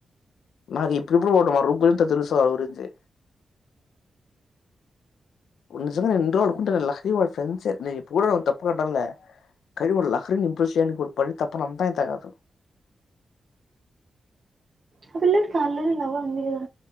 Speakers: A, on the left; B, on the right.
A: నాకు ఇప్పుడెప్పుడు <unintelligible> గురించి వాడు నిజంగానే <unintelligible> వాడు ఫ్రెండ్సే ఇప్పుడగూడ తప్పుగా అంటల్లే కానీ వాడు లహరి ని ఇంప్రెస్ చేయడానికి వాడు పడే తపన అంతా ఇంతా కాదు
B: ఆ పిల్లోనికి ఆల్రెడీ లవర్ ఉంది కదా